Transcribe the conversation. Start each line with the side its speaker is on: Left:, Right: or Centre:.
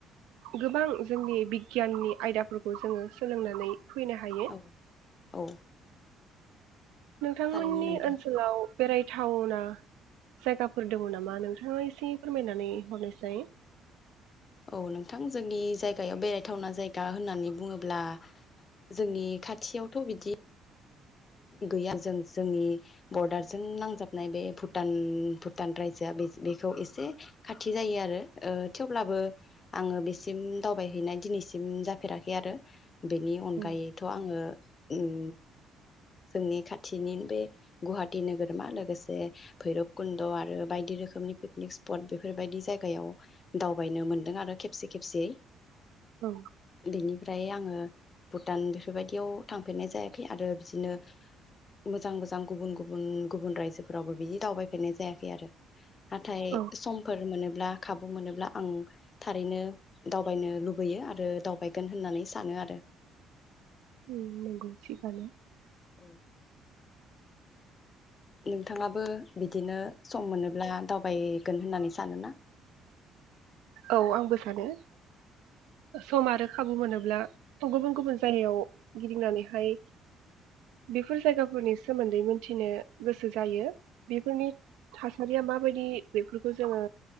Right: गोबां जोंनि बिगियाननि आयदाफोरखौ जोङो सोलोंनानै फैनो हायो
Left: औ औ
Right: नोंथांमोननि
Left: थारैनो नोंथां
Right: ओनसोलाव बेरायथावना जायगाफोर दङ नामा नोंथाङा एसे फोरमायनानै हरनायसाय
Left: औ नोंथां जोंनि जायगायाव बेरायथावना जायगा होननानै बुङोब्ला जोंनि खाथियावथ' बिदि गैया जों जोंनि बरदारजों नांजाबनाय बे भुटान भुटान रायजोआ बे बेखौ एसे खाथि जायो आरो ओ थेवब्लाबो आङो बेसिम दावबायहैनाय दिनैसिम जाफेराखै आरो बेनि अनगायैथ'
Right: औ
Left: आङो उम जोंनि खाथिनि बे गुवाहाटि नोगोरमा लोगोसे भैरब कुन्द' आरो बायदि रोखोमनि पिकनिक स्पट बेफोरबायदि जायगायाव दावबायनो मोनदों आरो खेबसे खेबसे
Right: औ
Left: बेनिफ्राय आङो भुटान बेफोरबायदियाव थांफेरनाय जायाखै आरो बिदिनो मोजां मोजां गुबुन गुबुन गुबुन रायजोफोरावबो बिदि दावबायफेरनाय जायाखै आरो नाथाय
Right: औ
Left: समफोर मोनो ब्ला खाबु मोनोब्ला आं थारैनो दावबायनो लुबैयो आरो दावबायगोन होननानै सानो आरो
Right: उ नंगौ थिखानो
Left: औ नोंथाङा बो बिदिनो सम मोनोब्ला दावबायगोन होननानै सानोना?
Right: औ आंबो सानो। सम आरो खाबु मोनोब्ला थज्ञगुबुन गुबुन जायगायाव गिदिंनानैहाय बेफोर जायगाफोरनि सोमोन्दै मोनथिनो गोसो जायो बेफोरनि थासारिया माबायदि बेफोरखौ जोङो